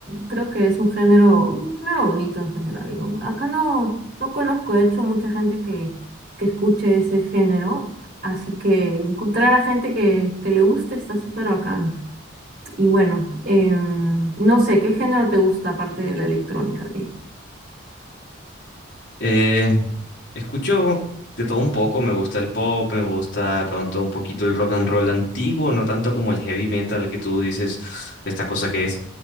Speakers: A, on the right (about 50°); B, on the left (about 60°).
A: creo que es un género, un género bonito en general, ¿no? Acá no, no conozco, de hecho, mucha gente que, que escuche ese género. Así que encontrar a gente que, que le guste está súper bacán. Y bueno, em, no sé, ¿qué género te gusta aparte de la electrónica a ti?
B: Eh, escucho de todo un poco, me gusta el pop, me gusta de pronto un poquito el rock and roll antiguo, no tanto como el heavy metal que tú dices, esta cosa que es.